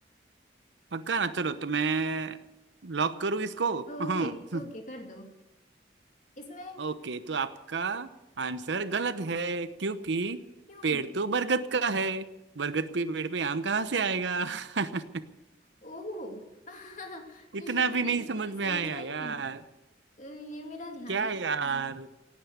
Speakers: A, on the right; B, on the left.
A: पक्का ना चलो तो मैं लॉक करूँ इसको
B: ओके
A: <laughs>
B: ओके कर दो इसमें
A: ओके तो आपका आंसर गलत है क्योंकि
B: क्यों
A: पेड़ तो बरगद का है बरगद पे पेड़ पे आम कहाँ से आएगा <laughs>
B: ओह <laughs> ये,
A: इतना भी नहीं
B: ये
A: समझ
B: मैंने सोचा
A: में आया
B: ही
A: यार
B: नहीं अ, ये मेरा ध्यान
A: क्या
B: ही
A: यार
B: नहीं था